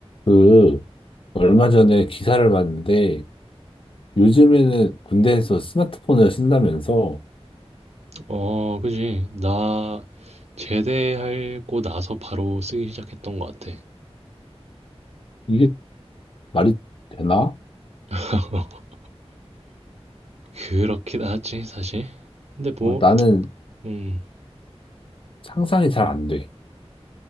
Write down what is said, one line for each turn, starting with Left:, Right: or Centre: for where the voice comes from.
Left: 그, 얼마 전에 기사를 봤는데, 요즘에는 군대에서 스마트폰을 쓴다면서,
Right: 어, 그지. 나 제대하고 나서 바로 쓰기 시작했던 것 같아.
Left: 이게 말이 되나?
Right: <laughs> 그렇긴 하지, 사실. 근데 뭐,
Left: 어, 나는
Right: 음,
Left: 상상이 잘 안 돼.